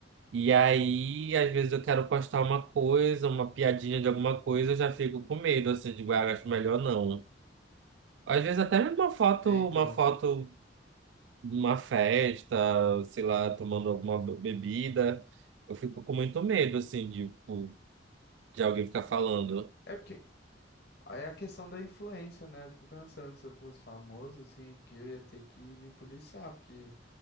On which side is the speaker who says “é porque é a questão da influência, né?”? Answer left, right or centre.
Left